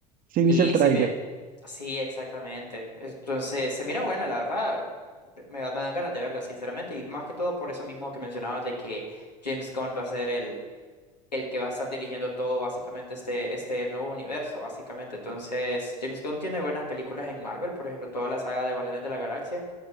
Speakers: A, on the right (about 45°); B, on the left (about 80°).
A: ¿Sí
B: Y
A: viste el tráiler?
B: sí me, sí, exactamente. Entonces, se mira buena, la verdad. Me, da- me dan ganas de verla, sinceramente. Y más que todo por eso mismo que mencionabas de que James Gunn va a ser el, el que va a estar dirigiendo todo, básicamente, este, este nuevo universo, básicamente. Entonces, James Gunn tiene buenas películas en Marvel, por ejemplo, toda la saga de Guardianes de la Galaxia